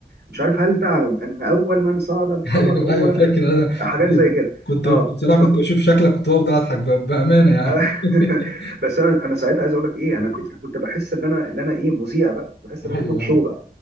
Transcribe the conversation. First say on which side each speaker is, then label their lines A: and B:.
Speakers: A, on the right; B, on the left.
A: مش عارف هل تعلم ان اول من صعد القمر
B: ايوه
A: هو
B: ايوه فاكر انا
A: حاجات
B: كنت
A: زي كده اه
B: كنت بصراحه
A: فكنت
B: كنت بشوف شكلك كنت بفضل اضحك ب- بامانه
A: <laughs>
B: يعني <laughs>
A: بس انا انا ساعتها عايز اقول لك ايه انا كنت أنا كنت بحس ان انا ان انا ايه مذيع بقى كنت بحس
B: ايوه
A: ان انا توك شو
B: ايوه
A: بقى